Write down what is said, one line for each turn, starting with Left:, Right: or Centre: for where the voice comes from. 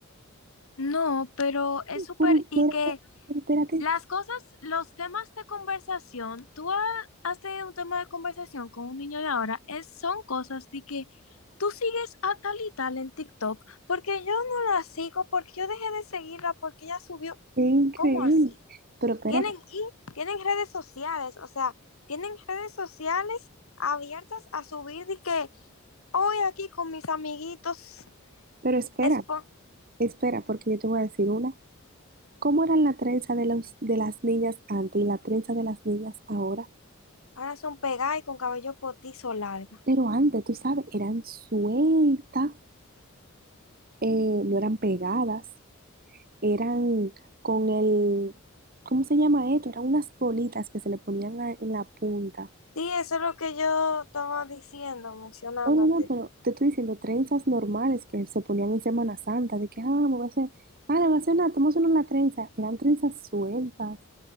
Left: No, pero es súper,
Right: Pero espérate,
Left: y que
Right: pero espérate,
Left: las cosas, los temas de conversación, tú ha- has tenido un tema de conversación con un niño de ahora, es, son cosas de que tú sigues a tal y tal en TikTok, porque yo no la sigo, porque yo dejé de seguirla, porque ella subió.
Right: es increíble.
Left: ¿Cómo así?
Right: Pero espérate,
Left: Tienen, y tienen redes sociales, o sea, tienen redes sociales abiertas a subir de que hoy aquí con mis amiguitos,
Right: pero espera,
Left: es, po-
Right: espera, porque yo te voy a decir una. ¿Cómo eran la trenza de los, de las niñas antes y la trenza de las niñas ahora?
Left: ahora son pegadas y con cabello potizo largo.
Right: Pero antes, tú sabes, eran sueltas, eh, no eran pegadas, eran con el, ¿cómo se llama esto? Eran unas bolitas que se le ponían a- en la punta.
Left: Sí, eso es lo que yo estaba diciendo, mencionando
Right: No, no,
Left: antes.
Right: no, pero te estoy diciendo trenzas normales que se ponían en Semana Santa, de que, ah, me voy a hacer, ah, le voy a hacer una, estamos en una trenza. Eran trenzas sueltas,